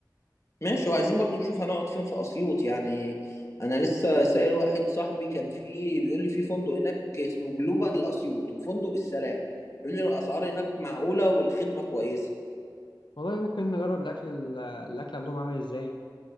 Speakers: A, on the left; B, on the left.
A: ماشي وعايزين برضو نشوف هنقعد فين في اسيوط يعني انا لسه سائل واحد صاحبي كان فيه بيقول لي في فندق هناك اسمه جلوبال اسيوط وفندق السلام بيقول لي الاسعار هناك معقوله والخدمه كويسه
B: والله ممكن نجرب الأكل ال- الأكل عندهم عامل إزاي